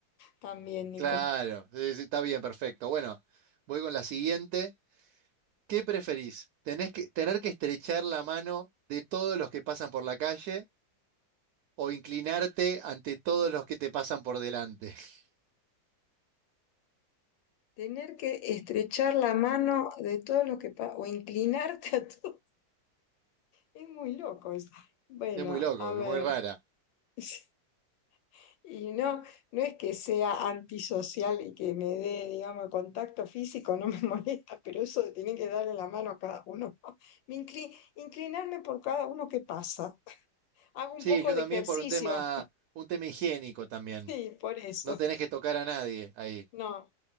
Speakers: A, on the left (about 75°); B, on the right (about 65°).
A: También, Nico.
B: Claro, sí, sí, está bien, perfecto. Bueno, voy con la siguiente. ¿Qué preferís? ¿Tenés que, tener que estrechar la mano de todos los que pasan por la calle? o inclinarte ante todos los que te pasan por delante. <laughs>
A: Tener que estrechar la mano de todos los que pa- o inclinarte a todos Es muy loco eso. Bueno,
B: Es muy loco,
A: a ver.
B: es muy rara.
A: <laughs> Y no, no es que sea antisocial y que me dé, digamos, contacto físico, no me <laughs> molesta, pero eso de tener que darle la mano a cada uno. <laughs> Me incli- inclinarme por cada uno que pasa. Hago un
B: Sí,
A: poco
B: yo
A: de
B: también
A: ejercicio,
B: por un tema, un tema higiénico también.
A: <laughs> sí, por eso.
B: No tenés que tocar a nadie ahí.
A: No.